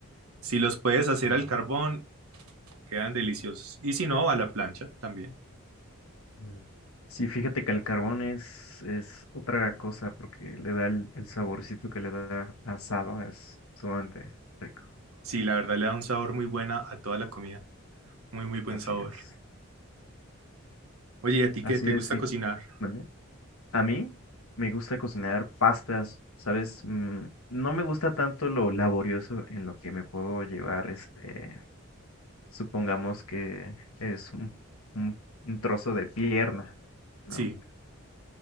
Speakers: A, on the right; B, on the left.
A: Si los puedes hacer
B: Oh,
A: al carbón, quedan deliciosos. Y si no, a la plancha también.
B: mm. Sí, fíjate que el carbón es, es otra cosa porque le da el, el saborcito que le da asado, es sumamente rico.
A: Sí, la verdad le da un sabor muy buena a toda la comida. Muy, muy buen
B: Así
A: sabor.
B: es.
A: Oye, ¿y a ti
B: Así
A: qué te
B: es,
A: gusta
B: sí.
A: cocinar?
B: ¿Vale? A mí me gusta cocinar pastas, ¿sabes? Mm, no me gusta tanto lo laborioso en lo que me puedo llevar, este, supongamos que es un, un- un trozo de pierna, ¿no?
A: Sí,